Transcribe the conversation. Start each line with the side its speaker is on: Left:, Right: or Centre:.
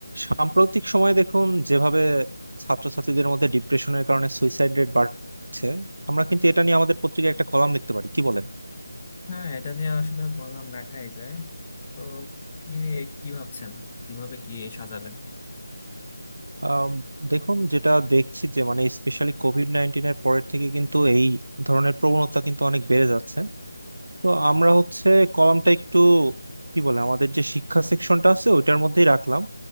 Right: সাম্প্রতিক সময়ে দেখুন যেভাবে ছাত্রছাত্রীদের মধ্যে ডিপ্রেশনের কারণে সুইসাইড রেট বাড়ছে আমরা কিন্তু এটা নিয়ে আমাদের পত্রিকায় একটা কলাম লিখতে পারি কি বলেন
Left: হ্যাঁ এটা নিয়ে আসলে কলাম লেখাই যায় তো কি নিয়ে কি ভাবছেন কিভাবে কি সাজাবেন
Right: আম, দেখুন যেটা দেখছি যে মানে স্পেশালি কোভিড নাইন্টিনের পরের থেকে কিন্তু এই ধরনের প্রবণতা কিন্তু অনেক বেড়ে যাচ্ছে তো আমরা হচ্ছে কলামটা একটু কি বলে আমাদের যে শিক্ষা সেকশনটা আছে ওইটার মধ্যেই রাখলাম